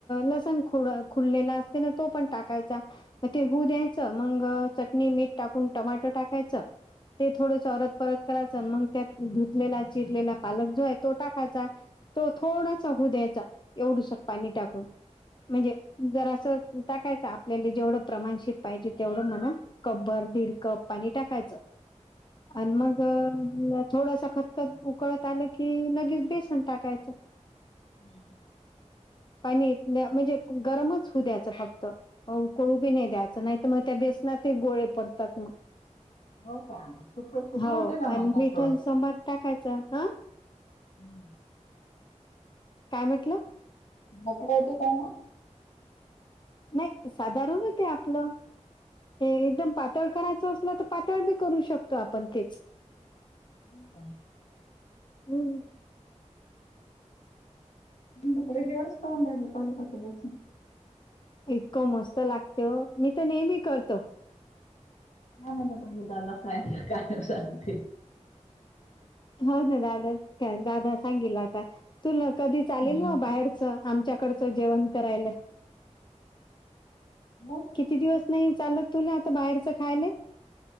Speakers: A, on the left (about 40°); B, on the left (about 65°).
A: लसण ख खुडलेला असते ना तो पण टाकायचा मग ते होऊ द्यायचं मग चटणी मीठ टाकून टमाॅटो टाक ते थोडत परत करायचं मग त्या धुतलेला चिरलेला पालक जो आहे तो टाकाचा तो थोडासा हो द्यायचा एवढुस पाणी टाकून म्हणजे जर असं आता कायच आपल्याला जेवढं प्रमाणशीर पाहिजे तेवढं म्हणा कब्बर दीड कप पाणी टाकायचं आणि मग थोडस खतखत उकळत आलं की लगेच बेसन टाकायचं
B: हम्म
A: पाणी म्हणजे गरमच होऊ द्याचं फक्त हो उकळू बी नाही द्यायचं नाही तर मग त्या बेसनात गोळे पडतात मग
B: हो का सुक सुक
A: हो
B: होते का मग
A: आणि
B: मोकळं
A: मिठा समार टाकायचा हा
B: ह
A: काय म्हटलं
B: मक कते कम
A: नाही साधारण हो ते आपलं एकदम पा पातळ करायचं असल तर पातळ बी करू शकतो आपण तेच
B: ह का
A: हम्म
B: निम कैज ओडसे पाल पात दिवस. <unintelligible>
A: इतकं मस्त लागत मी तर नेहमी करतो.
B: का दादा खय कायते
A: हो ना दादा काय दादा सांगेल आता तुला कधी चालेल
B: हम्म.
A: म बाहेरचं. आमच्याकडचं जेवण करायला.
B: म
A: किती दिवस नाही चालत तुला आता बाहेरचं खायला.